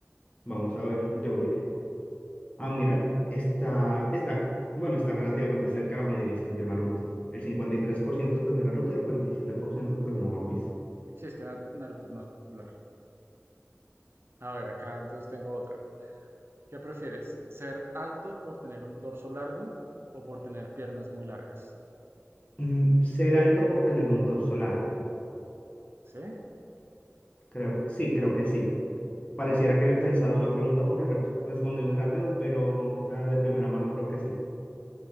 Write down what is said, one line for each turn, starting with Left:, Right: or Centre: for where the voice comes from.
Left: vamos a ver, yo voy. Ah, mira, está, está, bueno, está relativamente cerca, la mayoría escogió Naruto. El 53% escogió Naruto y el 47% escogió One Piece.
Right: Sí, es que Naruto Naruto es más popular. A ver, acá entonces tengo otra. ¿Qué prefieres? ¿Ser alto por tener un torso largo o por tener piernas muy largas?
Left: Mm, ser alto por tener un torso largo.
Right: ¿Sí?
Left: Creo, sí, creo que sí. Pareciera que le he pensado la pregunta porque re- respondí muy rápido, pero no, o sea, de primera mano creo que sí.